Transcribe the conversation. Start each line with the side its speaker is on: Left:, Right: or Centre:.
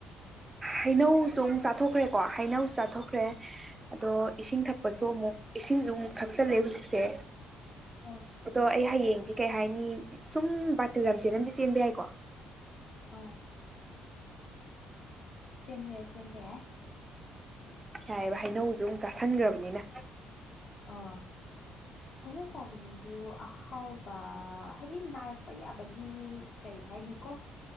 Right: ꯍꯩꯅꯧꯁꯨ ꯑꯃꯨꯛ ꯆꯥꯊꯣꯛꯈ꯭ꯔꯦꯀꯣ ꯍꯩꯅꯧꯁꯨ ꯆꯥꯊꯣꯛꯈ꯭ꯔꯦ ꯑꯗꯣ ꯏꯁꯤꯡ ꯊꯛꯄꯁꯨ ꯑꯃꯨꯛ ꯏꯁꯤꯡꯁꯨ ꯑꯃꯨꯛ ꯊꯛꯆꯜꯂꯦ ꯍꯧꯖꯤꯛꯁꯦ
Left: ꯑ
Right: ꯑꯗꯣ ꯑꯩ ꯍꯌꯦꯡꯗꯤ ꯀꯩ ꯍꯥꯏꯅꯤ ꯁꯨꯝ ꯕꯥꯇꯜ ꯂꯝꯖꯦꯜ ꯑꯃꯗꯤꯗꯤ ꯆꯦꯟꯕ ꯌꯥꯏꯀꯣ
Left: ꯑꯥ ꯆꯤꯟꯃꯤ ꯆꯟꯕ ꯌꯥ
Right: ꯌꯥꯏꯑꯦꯕ ꯍꯩꯅꯧꯁꯨ ꯑꯃꯨꯛ ꯆꯥꯁꯟꯈ꯭ꯔꯕꯅꯤꯅ
Left: ꯑꯣ ꯍꯥꯏꯩꯅꯧ ꯆꯥꯕꯁꯤꯁꯨ ꯑꯍꯥꯎꯕ ꯍꯥꯏꯗꯤ ꯅꯥꯔꯛꯄ ꯌꯥꯕꯒꯤ ꯀꯔꯤ ꯍꯥꯏꯅꯤꯀꯣ